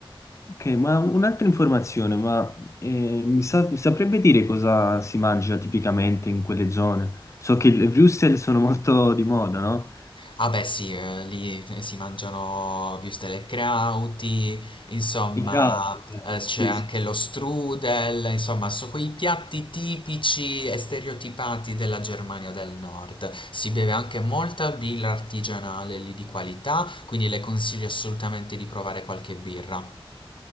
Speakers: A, on the left; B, on the left.
A: Ok, ma un'altra informazione, ma eh, mi sa- saprebbe dire cosa si mangia tipicamente in quelle zone? So che le wurstel sono molto di moda, no?
B: Ah beh sì, eh, lì eh, si mangiano würstel e krauti, insomma
A: I krauti,
B: eh, c'è
A: sì,
B: anche
A: sì.
B: lo strudel, insomma sono quei piatti tipici e stereotipati della Germania del Nord. Si beve anche molta birra artigianale lì di qualità, quindi le consiglio assolutamente di provare qualche birra.